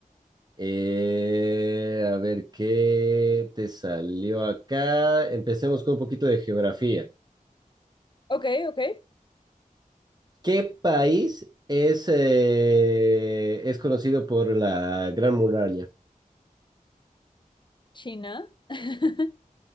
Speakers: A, on the right; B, on the left.
A: Eh, a ver qué te salió acá. Empecemos con un poquito de geografía.
B: Ok, ok.
A: ¿Qué país es, eh, es conocido por la Gran Muralla?
B: China. <laughs>